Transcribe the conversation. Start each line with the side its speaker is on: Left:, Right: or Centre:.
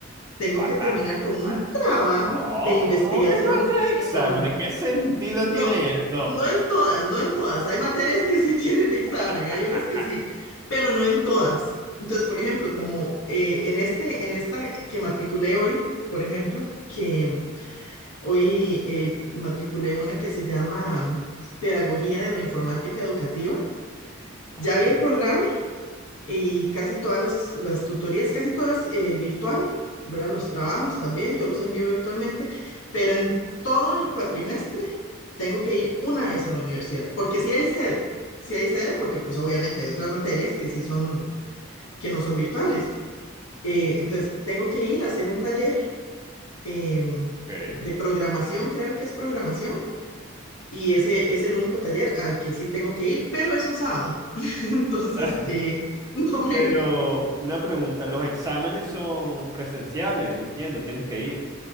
Left: tengo
Right: What
Left: que
Right: the
Left: terminar
Right: fuck?
Left: con un trabajo
Right: No,
Left: de investigación
Right: ¿cómo que no haces
Left: enorme.
Right: exámenes? ¿Qué sentido
Left: No,
Right: tiene eso?
Left: no en todas, no en todas. Hay materias que sí <laughs> tienen
Right: <laughs>
Left: examen,
Right: ok,
Left: hay unas que sí, pero no en todas. Entonces, por ejemplo, como eh, en este, en esta que matriculé hoy, por ejemplo, que hoy eh, matriculé una que se llama Pedagogía de la Informática Educativa ya
Right: madre
Left: vi
Right: mía.
Left: el programa y casi todas las, las tutorías, casi todas eh, virtual, ¿verdad? Los trabajos también, yo los envío virtualmente, pero en todo el cuatrimestre tengo que ir una vez a la universidad, porque sí hay sede, sí hay sede, porque pues obviamente hay otras materias que sí son, que no son virtuales. Eh, entonces, tengo que ir a hacer un taller em,
Right: Ok.
Left: de programación, creo que es programación, y ese es el único taller al que sí tengo que ir, pero es un sábado. <laughs> Entonces,
Right: <laughs>
Left: eh, no me,
Right: Pero una pregunta, los exámenes son presenciales, entiendo, tienes que ir.